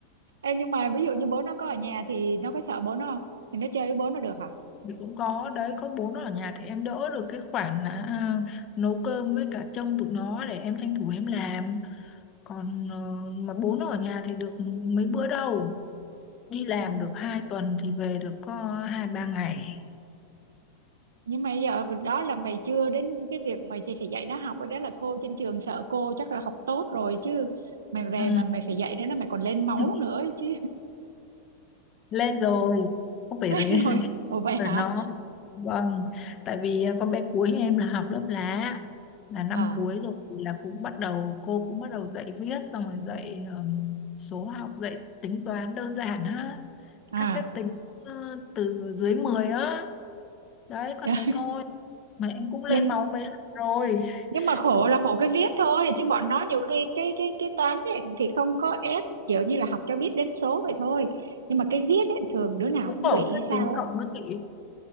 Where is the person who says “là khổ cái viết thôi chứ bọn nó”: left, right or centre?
Right